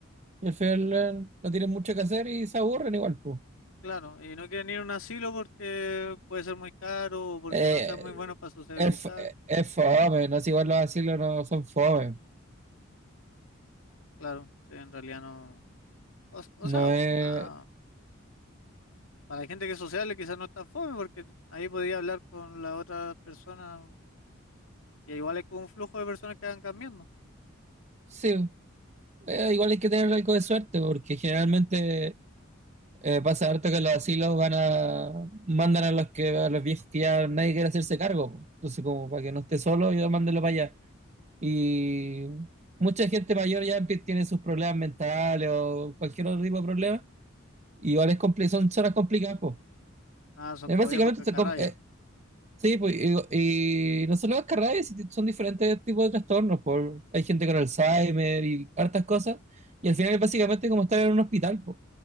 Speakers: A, on the right; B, on the left.
A: y al final eh, no tienen mucho que hacer y se aburren igual, pues.
B: Claro, y no quieren ir a un asilo porque puede ser muy caro o porque
A: Eh,
B: no sean muy buenos para sociabilizar.
A: es, es fome, no es igual los asilos no son fome.
B: Claro, sí, en realidad no. O, o
A: No
B: sea,
A: es.
B: ah, para la gente que es sociable quizás no es tan fome porque ahí podría hablar con la otra persona mm, y igual es como un flujo de personas que van cambiando.
A: Sí, eh, igual hay que tener algo de suerte, porque generalmente Eh, pasa harto que los asilos van a mandan a los que a los viejos que ya nadie quiere hacerse cargo. po. Entonces, como para que no esté solo, yo mándenlo para allá. Y mucha gente mayor ya empie- tiene sus problemas mentales o cualquier otro tipo de problema. Y igual es compli- son zonas complicadas, pues.
B: Ah, son
A: Básicamente,
B: como viejos cacarrabia.
A: está com- eh, sí, pues, y, y no solo las carreras, son diferentes tipos de trastornos. Por, hay gente con Alzheimer y hartas cosas. Y al final es básicamente como estar en un hospital, pues.